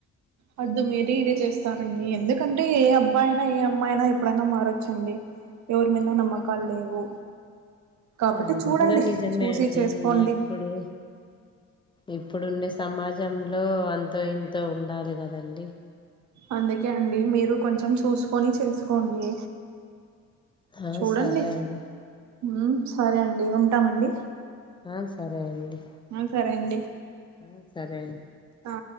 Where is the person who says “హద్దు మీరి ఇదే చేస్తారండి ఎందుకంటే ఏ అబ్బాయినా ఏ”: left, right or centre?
Right